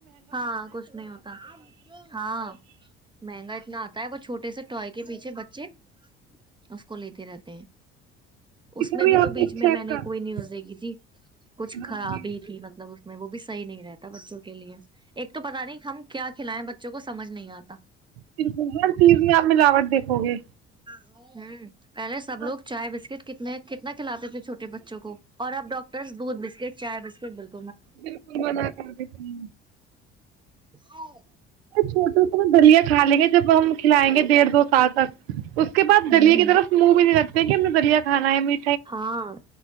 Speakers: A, on the right; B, on the right.
A: ہاں کچھ نہیں ہوتا ہاں مہنگا اتنا آتا ہے وہ چھوٹ چھٹے سے ٹوائے کے پیچھے بچے اس کو لیتے رہتے ہیں اس
B: اتنا
A: میں بھی تو
B: آپ نے
A: بیچ
B: چیک
A: میں میں نے
B: کرنا
A: کوئی نیوز دیکھی تھی کچھ خراب
B: ہاں جی
A: ہی تھی مطلب اس میں وہ بھی صحی نہیں رہتا بچوں کے لیے <unintelligible> ایک تو پتا نہیں ہم کیا کھلائیں بچوں کو سمجھ نہیں آتا
B: بالکل ہر چیز میں آپ ملاوٹ دیکھو گے
A: ہ پہلے سب لوگ
B: ہاں
A: چائ بسکٹ کتنے کتنا کھیلاتے تھے چھوٹے بچوں کو اور اب ڈاکٹرس دودھ بسکٹ چای بسکٹ بالکل
B: بالکل منع کر دتے ہے
A: ہاں
B: چھوٹے میں دلیہ کھا لے گے جب ہم کھلائیں گے ڈیڑھ دو سال تک اس کے بعد دلییا
A: ہوں
B: کی طرف منہ بھی نہیں لگتے م ب دیا کانا ہے م
A: ہاں